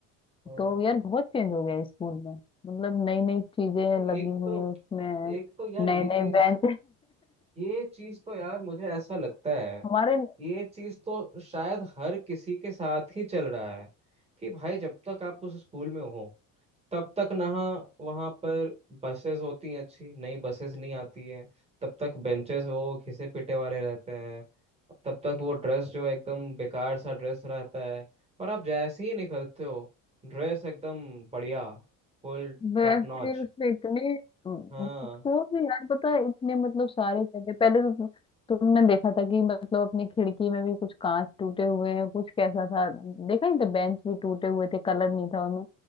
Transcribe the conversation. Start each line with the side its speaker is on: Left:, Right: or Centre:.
Right: हम्म,
Left: तो यार बहुत चेंज हो गया है स्कूल में मतलब नई नई चीजें लगी
Right: एक
Left: हुई
Right: तो
Left: है उसमें
Right: एक तो यार
Left: नए
Right: ये
Left: नए
Right: चीज
Left: बेंच
Right: ये चीज तो यार मुझे ऐसा लगता है
Left: <laughs> हमारे
Right: ये चीज तो शायद हर किसी के साथ ही चल रहा है कि भाई जब तक आप उस स्कूल में हो तब तक ना वहाँ पर बसेस होती हैं अच्छी नई बसेस नहीं आती है तब तक बेंचेस वो घिसे पिटे वाले रहते हैं तब तक वो ड्रेस जो एकदम बेकार सा ड्रेस रहता है और आप जैसे ही निकलते हो ड्रेस एकदम बढ़िया फुल
Left: वैसे
Right: टॉप नॉच
Left: उसमें इतने वो
Right: हाँ
Left: भी यार पता है इतने मतलब सारे जगह पहले तो तुमने देखा था कि मतलब अपनी खिड़की में भी कुछ कांच टूटे हुए हैं कुछ कैसा था देखा नहीं था बेंच भी टूटे हुए थे कलर नहीं था उनमें